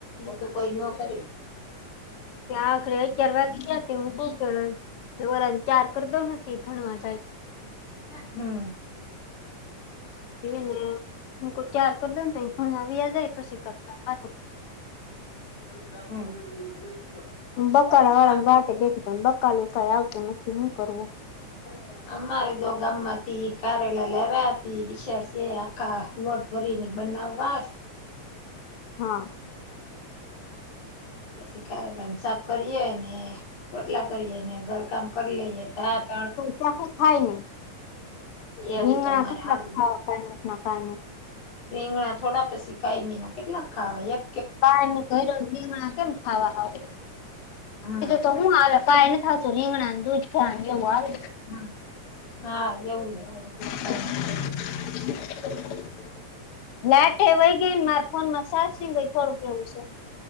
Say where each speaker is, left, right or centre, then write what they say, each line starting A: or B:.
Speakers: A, on the left; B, on the left.
A: તો કોઈ ન કરે
B: ત્યાં આખરે અગિયાર વાગી ગ્યાં હું વરણ ત્યાર કરતો નથી થણવા જાય.
A: હમ્મ.
B: ને હું કોઈ ચાર કર દેન ત્યાં હ વિ આ જાય પશી કરતા.
A: <inaudible>
B: બકાલા વાળાને વાટે બેઠી <inaudible> બકાલું કઈ આવતું નથી હું કરવું.
A: <inaudible> અમારે જો ગામા તી કારેલા લેવયાતી ઇ શેર સે આખા ખોટ. ભરીને બનાવવા.
B: હા!
A: પછી કારેલા નુ શાક કરીયે અને રોટલા કરીયે ને. કામ કર લઈએ તા ત.
B: કશું ખાય નહી
A: એવું
B: રીગણા
A: તો અમારે
B: કેટલા
A: હારું
B: ખાવ કાઇ નઇ કાય.
A: રીંગણા થોડા પછી કાયમી ના કેટલાક ખાવા એમ.
B: પાયની ઘીણા કેમ ખાવા હાવ.
A: હા
B: તો હું હ કઈ ને થતો રીંગણાને દુ જ ખ એવું આવે.
A: હમ હા એવું આવે.
B: <inaudible>
A: કઈ નથી
B: લાઠે વય ગઈ ને મારે ફોન માં સા સંગ થોડું કેવું છે.